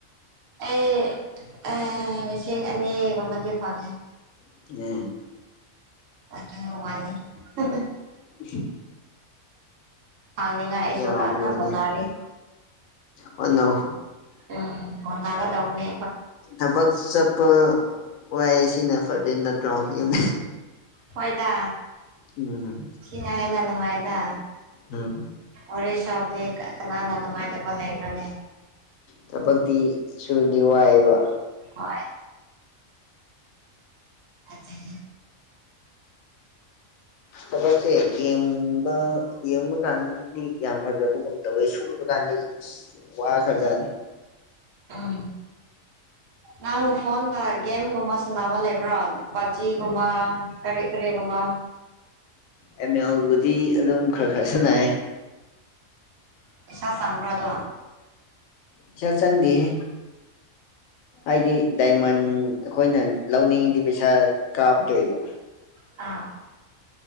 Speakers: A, on the right; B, on the left.
A: ꯑꯩ ꯑ ꯂꯤꯁꯤꯡ ꯑꯅꯤꯒꯨꯝꯕꯗꯤ ꯐꯪꯉꯦ
B: <unintelligible>
A: <unintelligible>
B: <unintelligible>
A: ꯐꯪꯅꯤꯡꯉꯥꯏ ꯑꯩꯁꯨ
B: ꯌꯥꯃꯦꯅꯦ
A: ꯀꯟꯅ ꯍꯣꯠꯅꯔꯤ
B: ꯍꫭꯠꯅꯧ
A: ꯎꯝ ꯍꫭꯠꯅꯒꯗꯧꯕꯅꯤ
B: ꯊꯕꯛ ꯆꯠꯄ ꯋꯥꯏꯌꯦ ꯁꯤꯅ ꯐꯗꯦ ꯅꯠꯇ꯭ꯔꯣ ꯌꯨꯝ
A: ꯍꯣꯏꯗ
B: ꯎꯝ
A: ꯁꯤꯅ ꯍꯦꯟꯅ ꯅꯨꯡꯉꯥꯏꯗ
B: ꯎꯝ
A: ꯋꯥꯔꯤ ꯁꯥꯕꯗꯤ ꯀꯅꯥꯅ ꯅꯨꯡꯉꯥꯏꯇꯕ ꯂꯩꯕ꯭ꯔꯅꯦ
B: ꯊꯕꯛꯇꯤ ꯁꯨꯅꯤ ꯋꯥꯏꯌꯦꯕ
A: ꯍꯣꯏ <inaudible> <unintelligible>
B: ꯊꯕꯛꯁꯦ ꯌꯦꯡꯕ ꯌꯦꯡꯕꯀꯥꯟ ꯌꯥꯝ ꯐꯖꯕꯒꯨꯝ ꯇꯧꯋꯦ ꯁꯨꯔꯀꯥꯟꯗꯤ ꯋꯥ ꯈ꯭ꯔꯖꯥꯅꯤ
A: ꯎꯝ ꯅꯪ ꯐꯣꯟꯗ ꯒꯦꯝꯒꯨꯝꯕ ꯁꯥꯟꯅꯕ ꯂꯩꯕ꯭ꯔꯣ ꯄꯞꯖꯤꯒꯨꯝꯕ ꯀꯔꯤ ꯀꯔꯤꯒꯨꯝꯕ
B: ꯑꯦꯃꯦꯜꯕꯨꯗꯤ ꯑꯗꯨꯝ ꯈꯔ ꯈꯔ ꯁꯟꯅꯩ
A: ꯄꯩꯁꯥ ꯆꯪꯕ꯭ꯔꯗꯨ
B: ꯁꯦꯜ ꯆꯪꯗꯦꯍꯦ ꯑꯩꯗꯤ ꯗꯥꯏꯃꯟ ꯑꯩꯈꯣꯏꯅ ꯂꯧꯅꯤꯡꯉꯗꯤ ꯄꯩꯁꯥ ꯀꯥꯞꯇꯣꯏꯕ
A: ꯑꯧ